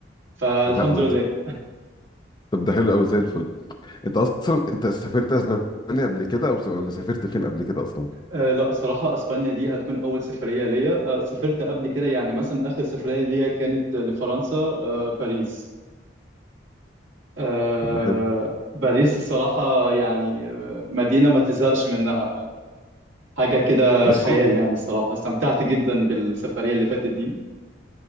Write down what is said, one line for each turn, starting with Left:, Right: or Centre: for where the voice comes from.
Right: فالحمد
Left: وه... وهت...
Right: لله
Left: طب ده حلو قوي زي الفل انت اصلا انت سافرت اسبانيا قبل كده او س... ولا سافرت فين قبل كده اصلا
Right: آه لا صراحه اسبانيا دي هتكون اول سفريه ليا آه سافرت قبل كده يعني مثلا اخر سفريه ليا كانت لفرنسا آه باريس آه،
Left: طب ده حلو
Right: باريس الصراحة يعني آه، مدينة ما تزهقش منها حاجة كده
Left: بس
Right: خيال
Left: هم
Right: يعني الصراحة استمتعت جدا بالسفرية اللي فاتت دي